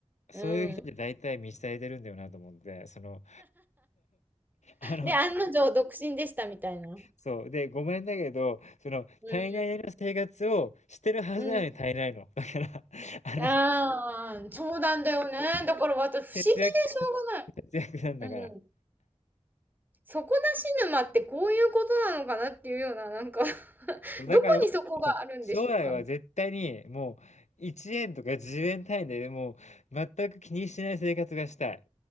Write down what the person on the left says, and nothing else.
そういう人って大体満ち足りてるんだよなと思って、
その、あの、
そう。で、ごめんだけど、その、
足りないなりの生活をしてるはずなのに足りないの。
だから、あの、
節約節約なんだから。
だから僕、
将来は絶対にもう1円とか10円単位でもう全く気にしない生活がしたい。